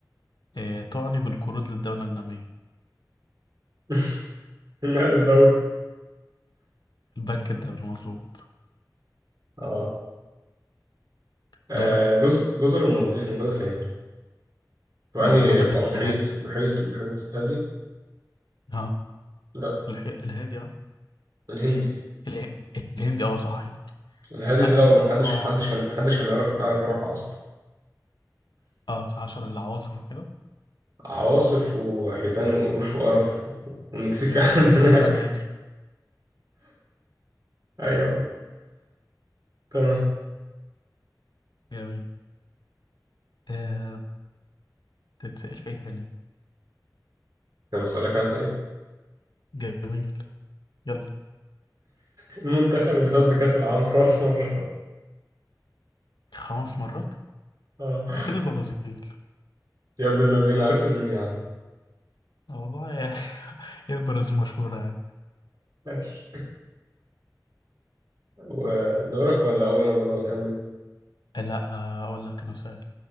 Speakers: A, on the left; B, on the right.
A: آه، تعني بالقروض للدولة النامية؟
B: <laughs> النقد الدولي
A: الباك الدوري مظبوط
B: اه آه،
A: دورك
B: جزر جزر المالديف موجودة فين؟ يعني
A: موجودة
B: بقى
A: في
B: محيط
A: الهادي
B: محيط محيط هادي؟
A: ها
B: لا
A: الح... الهادي اه
B: الهندي
A: اله... الهندي اه صح
B: الهادي
A: معلش
B: ده لو محدش
A: بقى اه
B: كان حدش كان حدش كان يعرف يعرف يروحها أصلا
A: آه، صح عشان العواصف وكده
B: عواصف وحيتان وقروش وقرف والمكسيك <laughs> قاعد
A: مهم.
B: هناك
A: هو فعلا هادي
B: أيوه تمام
A: جميل آه... تتسأل في إيه تاني
B: طب أسألك أنا طيب
A: جميل يلا
B: المنتخب اللي فاز بكأس العالم خلاص مرة
A: خمس مرات
B: آه.
A: أكيد البرازيل
B: يا ابن الذين عرفت منين يا عم
A: والله يا- <laughs> هي البرازيل مشهورة يعني
B: ماشي ودورك ولا اقول انا برضه اكمل
A: آه، لا هقول لك أنا سؤال